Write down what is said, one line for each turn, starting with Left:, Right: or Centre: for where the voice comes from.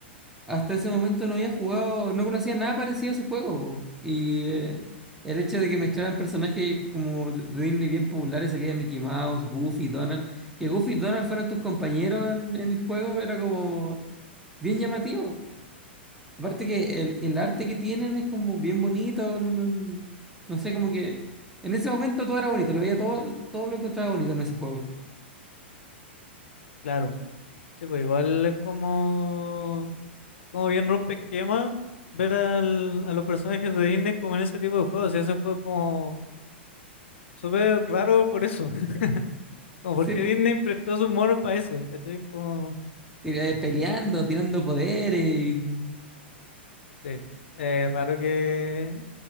Centre: hasta ese momento no había jugado, no conocía nada parecido a ese juego, po. Y eh, el hecho de que mezclaran personajes como de de Disney bien populares, salía Mickey Mouse, Goofy, Donald, que Goofy y Donald fueran tus compañeros en, en el juego, era como bien llamativo. Aparte que el, el arte que tienen es como bien bonito, no, no- no sé, como que en ese momento todo era bonito, lo veía todo, todo lo encontraba bonito en ese juego.
Left: Claro. Sí, pues igual es como, como bien rompe esquema ver al- a los personajes de Disney como en ese tipo de juegos. Y ese juego es como súper raro por eso. <laughs> Como
Centre: Sí,
Left: porque
Centre: po.
Left: Disney prestó sus monos para eso. ¿Cachai? Como,
Centre: Eh, peleando, tirando poderes. y-
Left: sí. Eh, raro que.